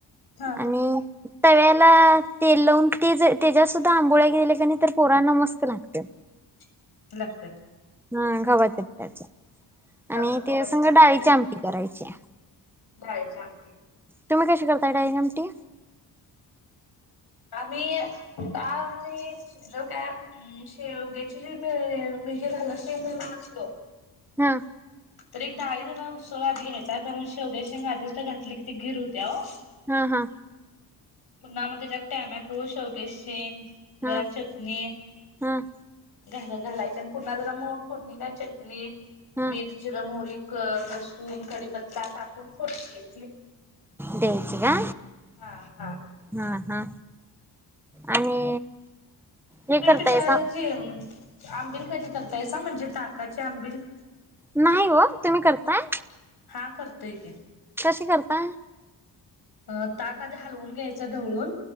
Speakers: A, on the left; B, in the centre.
A: हा
B: आणि--, तेल लावून त्याच्या सुद्धा आंबोळ्या गेल्या का नाही तर पोरांना मस्त लागतात
A: <unintelligible>
B: हा घव्हाच्या पीठाचे
A: हा
B: आणि,
A: गव्हाच्या
B: त्या सघं
A: पिठाच्या
B: डाळीची
A: काय
B: आमटी करायची
A: डाळीची आमटी,
B: तुम्ही कशी करताय डाळीची आमटी?
A: आम्ही का आमी जर काय शेवगेची शेंग ज मी घालाणार असलो
B: हा
A: तर एक डाळी ज उत्सव आधी घ्यायचा कारण शेवग्या शेंग आीच तर घातली की ती गीर होत्या हो.
B: हम हा
A: पुन्हा म त्यात टॅमॅटो, शेवग्याची शेंग जरा
B: हा
A: चटणी
B: हम्म
A: घ घालायचे आणि पुन्हा जरा म फोडणी त्या चटणी
B: हम्म
A: मीठ, जीरं- मोहरी क लसूण कडीपत्ता टाकून फोडणी द्यायची.
B: द्यायची का?
A: हा हा
B: हा हा आणि हे
A: त
B: करतायसा
A: तिता जे आंबिल कदी करतायस म्हणजे? ताकाची आंबिल
B: नाही हो, तुम्ही करताय?
A: हा करतोय की
B: कशी करता?
A: अ ताक आधी हलवून घ्यायच ढवळून